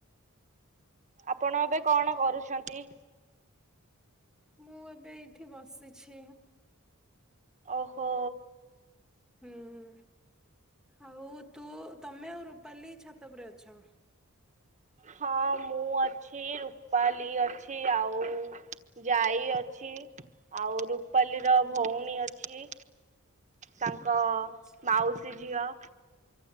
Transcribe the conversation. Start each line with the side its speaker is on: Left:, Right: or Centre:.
Right: ଆପଣ ଏବେ କଣ କରୁଛନ୍ତି?
Centre: ମୁଁ ଏବେ ଏଇଠି ବସିଛି।
Right: ଓହୋ!
Centre: ହୁଁ, ଆଉ ତୁ ତୋମେ ଆଉ ରୁପାଲି ଛାତ ଉପରେ ଅଛ?
Right: ହଁ ମୁଁ ଅଛି ରୁପାଲି ଅଛି ଆଉ ଜାଇ ଇ ଅଛି ଆଉ ରୁପାଲି ର ଭଉଣୀ ଅଛି। ତାଙ୍କ
Centre: ଆଚ୍ଛା
Right: ମାଉସୀ ଝିଅ।